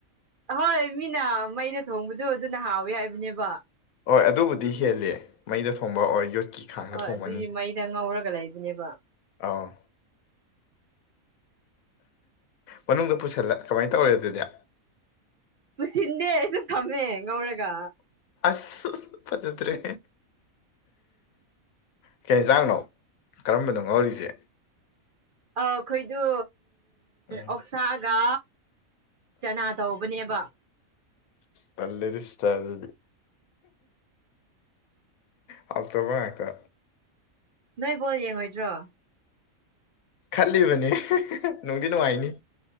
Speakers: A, on the right; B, on the left.
A: ꯍꯣꯏ ꯃꯤꯅ ꯃꯩꯅ ꯊꯣꯡꯕꯗꯣ ꯑꯗꯨꯅ ꯍꯥꯎꯋꯤ ꯍꯥꯏꯕꯅꯦꯕ
B: ꯍꯣꯏ ꯑꯗꯨꯕꯨꯗꯤ ꯍꯦꯜꯂꯦ ꯃꯩꯗ ꯊꯣꯡꯕ ꯑꯣꯔ ꯌꯣꯠꯀꯤ ꯈꯥꯡꯗ
A: ꯍ
B: ꯊꯣꯡꯕ
A: ꯑꯗꯨꯒꯤ ꯃꯩꯗ ꯉꯧꯔꯒ ꯂꯩꯕꯅꯦꯕ
B: ꯑꯥꯎ ꯃꯅꯨꯡꯗ ꯄꯨꯁꯜꯂ ꯀꯃꯥꯏ ꯇꯧꯔꯦ ꯑꯗꯨꯗꯤ
A: ꯄꯨꯁꯤꯟꯗꯦ ꯑꯩꯗꯨꯝ ꯊꯝꯃꯦ ꯉꯧꯔꯒ
B: ꯑꯁ ꯐꯖꯗꯔ꯭ꯦ ꯀꯦ ꯌꯦꯟꯖꯥꯡꯅꯣ ꯀꯔꯝꯕꯅꯣ ꯉꯥꯎꯔꯤꯁꯦ
A: ꯑꯩꯈꯣꯏꯗꯨ
B: ꯎꯝ
A: ꯑꯣꯛꯁꯥꯒ ꯆꯅꯥ ꯇꯧ ꯇꯧꯕꯅꯦꯕꯥ
B: ꯇꯜꯂꯦꯗꯥ ꯁꯤꯁꯇꯔ ꯑꯗꯨꯗꯤ ꯍꯥꯎꯇꯥꯕꯥ ꯍꯇꯥ
A: ꯅꯣꯏ ꯕꯣꯜ ꯌꯦꯡꯉꯣꯏꯗ꯭ꯔꯣ
B: ꯈꯜꯂꯤꯕꯅꯦ ꯅꯨꯡꯗꯤ ꯅꯨꯡꯉꯥꯏꯅꯤ